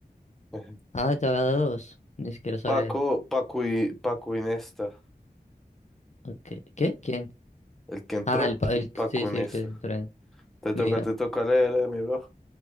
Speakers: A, in the centre; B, on the left (about 45°).
A: <laughs>
B: Ah, ya va dos. Ni siquiera sabía.
A: Paco, Paco y Paco Inesta.
B: Ok, ¿Qué? ¿Quién?
A: El que entró,
B: Ah, el,
A: pues,
B: pa- el,
A: Paco
B: sí, sí,
A: Inesta.
B: el que se trae.
A: Te
B: Mira,
A: toca, te toca leer, eh, mi bro.